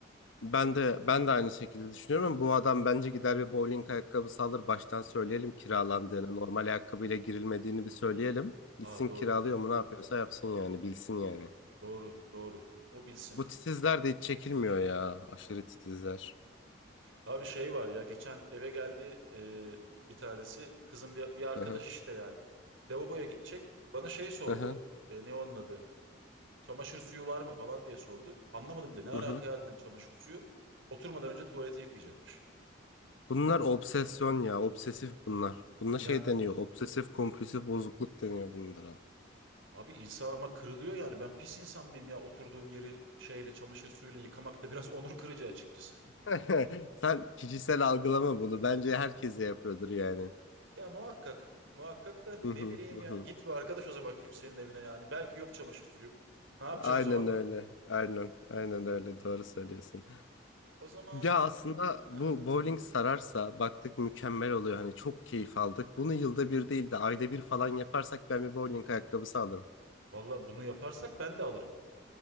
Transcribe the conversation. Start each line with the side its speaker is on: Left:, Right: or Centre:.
Left: Ben de ben de aynı şekilde düşünüyorum ama bu adam bence gider bir bowling ayakkabısı alır. Baştan söyleyelim kiralandığını, normal ayakkabıyla girilmediğini bir söyleyelim. Gitsin
Right: Aa doğru.
Left: kiralıyor mu ne yapıyorsa yapsın yani bilsin yani.
Right: Doğru. Doğru. O bilsin.
Left: Bu titizler de hiç çekilmiyor ya. Aşırı titizler.
Right: Abi şey var ya geçen eve geldi e, bir tanesi kızın bir, bir arkadaş
Left: Hı hı.
Right: işte yani. Lavaboya gidecek. Bana şey sordu.
Left: Hı hı.
Right: E, ne onun adı? çamaşır suyu var mı falan diye sordu. Anlamadım bile ne alaka
Left: Hı hı.
Right: ya dedim çamaşır suyu. Oturmadan önce tuvaleti yıkayacakmış.
Left: Bunlar obsesyon ya. Obsesif bunlar. Buna
Right: Yani
Left: şey deniyor. Obsesif kompulsif bozukluk deniyor bunlara.
Right: abi insan ama kırılıyor yani ben pis insan mıyım ya oturduğum yeri şeyle çamaşır suyuyla yıkamak da biraz <laughs> onur kırıcı açıkçası.
Left: <laughs> Sen kişisel algılama bunu. Bence herkese yapıyordur yani.
Right: Ya muhakkak muhakkak da
Left: Hı
Right: ne
Left: hı.
Right: bileyim
Left: Hı
Right: ya
Left: hı.
Right: git bir arkadaş o zaman kimsenin evine yani belki yok çamaşır suyu. Ne yapacaksın
Left: Aynen
Right: o zaman?
Left: öyle. Aynen. Aynen öyle. Doğru söylüyorsun.
Right: O zaman
Left: Ya aslında
Right: Heh.
Left: bu bowling sararsa baktık mükemmel oluyor. Hani çok keyif aldık. Bunu yılda bir değil de ayda bir falan yaparsak ben bir bowling ayakkabısı alırım.
Right: Valla bunu yaparsak ben de alırım.